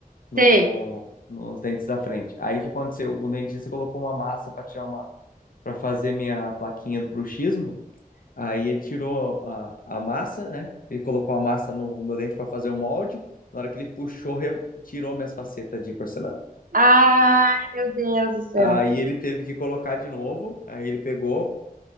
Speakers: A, on the left; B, on the right.
A: No,
B: Sei.
A: nos dentes da frente. Aí o que aconteceu? O dentista colocou uma massa para tirar uma para fazer minha plaquinha do bruxismo. Aí ele tirou a, a massa, né? Ele colocou a massa no, no meu dente para fazer o molde. Na hora que ele puxou, re- tirou minhas facetas de porcelana.
B: Ai, meu Deus do céu.
A: Aí ele teve que colocar de novo. Aí ele pegou,